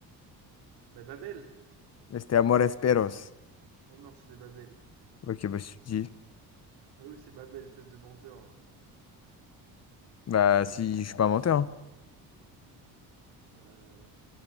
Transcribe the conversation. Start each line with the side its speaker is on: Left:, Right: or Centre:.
Right: Bah Babel
Left: Mais C'était Amores Perros.
Right: Mais non, c'est des Babel.
Left: Ok, bah si tu dis.
Right: Bah oui, c'est Babel, espèce de menteur.
Left: Bah si, je suis pas menteur. hein.
Right: Ouais,